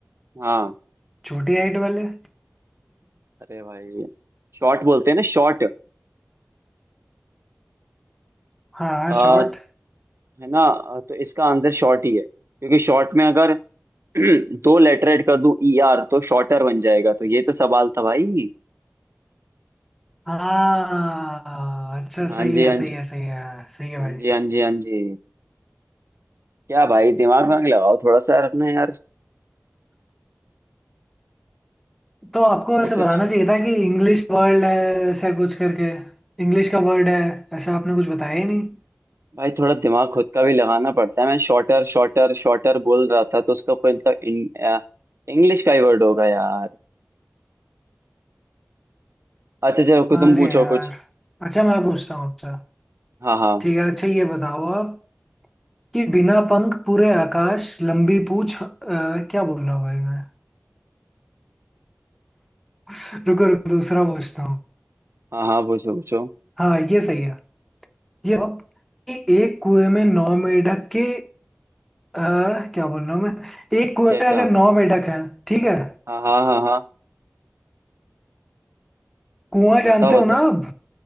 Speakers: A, on the right (about 65°); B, in the centre.
A: हाँ
B: छोटी हाइट वाले
A: अरे भाई शॉर्ट बोलते हैं ना शॉर्ट
B: हाँ
A: आ,
B: शॉर्ट
A: है ना अ, तो इसका आंसर शॉर्ट ही है क्योंकि शॉर्ट में अगर <clears throat> दो लेटर ऐड कर दूं ई आर तो शॉर्टर बन जाएगा तो ये तो सवाल था भाई
B: हाँ अच्छा
A: हाँ
B: सही
A: जी
B: है
A: हाँ
B: सही
A: जी
B: है सही है हाँ, सही है
A: हाँ
B: भाई
A: जी हाँ जी हाँ जी क्या भाई दिमाग वाग लगाओ थोड़ा सा यार अपने यार
B: तो आपको
A: पूछ
B: ऐसे बताना
A: उछ
B: चाहिए था कि इंग्लिश वर्ड है ऐसा कुछ करके इंग्लिश का वर्ड है ऐसा आपने कुछ बताया ही नहीं
A: भाई थोड़ा दिमाग खुद का भी लगाना पड़ता है मैं शॉर्टर शॉर्टर शॉर्टर बोल रहा था तो उसका कोई मतलब इंग्लिश का ही वर्ड होगा यार अच्छा चलो कोई
B: अरे
A: तुम पूछो
B: यार
A: कुछ
B: अच्छा मैं पूछता हूँ आपसे
A: हाँ हाँ
B: ठीक है अच्छा ये बताओ आप कि बिना पंख पूरे आकाश लंबी पूछ अ, क्या बोल रहा हूँ भाई मैं <laughs> रुको रुको दूसरा पूछता हूँ
A: हाँ हाँ पूछो पूछो
B: हाँ ये सही है ये अब कि एक कुएं में नौ मेंढक के आ, क्या बोल रहा हूँ मैं एक कुएं
A: क्या
B: में अगर
A: क्या
B: नौ मेंढक हैं ठीक है
A: हाँ हाँ हाँ हाँ
B: कुआं जानते
A: बताओ
B: हो
A: बताओ
B: ना आप